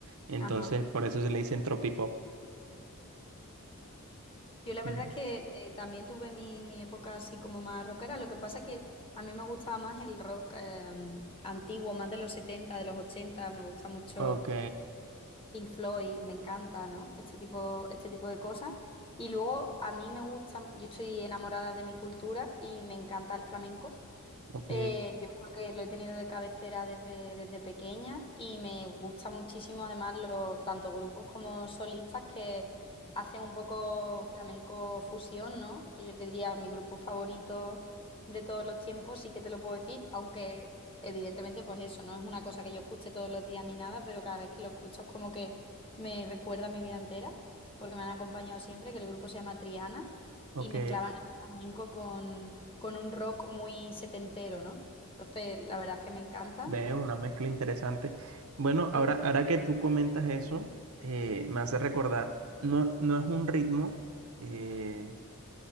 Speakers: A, on the right (about 70°); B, on the left (about 25°).
A: Entonces,
B: Ajá.
A: por eso se le dicen tropipop.
B: Yo la verdad
A: Mm.
B: es que eh, también tuve mi, mi época así como más rockera. Lo que pasa es que a mí me gustaba más el rock eh, antiguo, más de los 70, de los 80. Me gusta mucho
A: Ok,
B: Pink Floyd, me encanta, ¿no? Este tipo, este tipo de cosas. Y luego a mí me gusta, yo estoy enamorada de mi cultura y me encanta el flamenco.
A: ok,
B: Eh, yo creo que lo he tenido de cabecera desde, desde pequeña y me gusta muchísimo además los tanto grupos como solistas que hacen un poco flamenco fusión, ¿no? Que Yo te diría mi grupo favorito de todos los tiempos, sí que te lo puedo decir, aunque evidentemente pues eso, no es una cosa que yo escuche todos los días ni nada, pero cada vez que lo escucho es como que me recuerda a mi vida entera, porque me han acompañado siempre, que el grupo se llama Triana
A: ok.
B: y mezclaban el flamenco con con un rock muy setentero, ¿no? Entonces, la verdad es que me encanta.
A: Veo una mezcla interesante. Bueno, ahora,
B: Sí, sí.
A: ahora que tú comentas eso, eh, me hace recordar, no, no es un ritmo, eh,